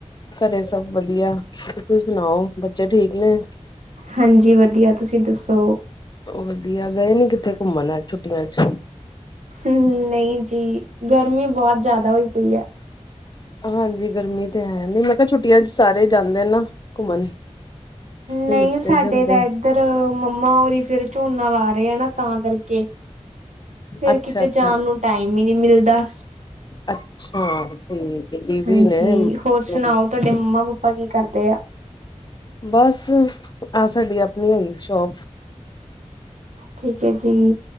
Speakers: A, on the left; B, on the right.
A: ਘਰੇ ਸਭ ਵਧੀਆ, ਤੁਸੀਂ ਸੁਣਾਓ, ਬੱਚੇ ਠੀਕ ਨੇ?
B: ਹਾਂਜੀ ਵਧੀਆ, ਤੁਸੀਂ ਦੱਸੋ?
A: ਵਧੀਆ, ਗਏ ਨੀ ਕਿੱਥੇ ਘੁੰਮਣ ਛੁੱਟੀਆਂ'ਚ?
B: ਹੂੰ ਨਹੀਂ ਜੀ, ਗਰਮੀ ਬਹੁਤ ਜ਼ਿਆਦਾ ਹੋਈ ਪਈ ਐ।
A: ਹਾਂਜੀ ਗਰਮੀ ਤੇ ਹੈ, ਨਹੀਂ ਮੈਂ ਕਿਹਾ ਛੁੱਟੀਆਂ'ਚ ਸਾਰੇ ਜਾਂਦੇ ਨਾ ਘੁੰਮਣ। ਹਿਲ
B: ਨਹੀਂ
A: ਸਟੇਸ਼ਨ
B: ਸਾਡੇ
A: ਤੇ
B: ਤਾਂ ਇੱਧਰ ਮੰਮਾ ਹੁਰੀ ਫੇਰ ਝੋਨਾ ਲਾ ਰਹੇ ਆ ਨਾ ਤਾਂ ਕਰਕੇ ਫੇਰ
A: ਅੱਛਾ
B: ਕਿਤੇ
A: ਅੱਛਾ
B: ਜਾਣ ਨੂੰ ਟਾਈਮ ਹੀ ਨੀ ਮਿਲਦਾ।
A: ਅੱਛਾ ਠੀਕ ਐ ਬਿਜੀ
B: ਹਾਂਜੀ
A: ਨੇ
B: ਹੋਰ
A: <unintelligible>
B: ਸੁਣਾਓ ਤੁਹਾਡੇ ਮੰਮਾ-ਪਾਪਾ ਕੀ ਕਰਦੇ ਆ?
A: ਬਸ ਆਹ ਸਾਡੀ ਆਪਣੀ ਹੈਗੀ ਸ਼ੋਪ।
B: ਠੀਕ ਐ ਜੀ।